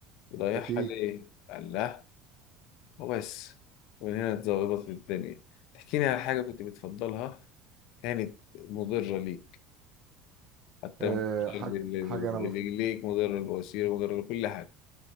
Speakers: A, on the left (about 70°); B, on the right (about 50°).
A: بيضيعها
B: اكيد
A: ليه؟ قال لا وبس ومن هنا اتظبطت في الدنيا تحكيني على حاجة كنت بتفضلها كانت مضرة ليك حتى
B: آه.
A: مضرة
B: حاجه
A: لل-
B: حاجه انا
A: لل- ليك مضرة للبواسير مضرة لكل حاجة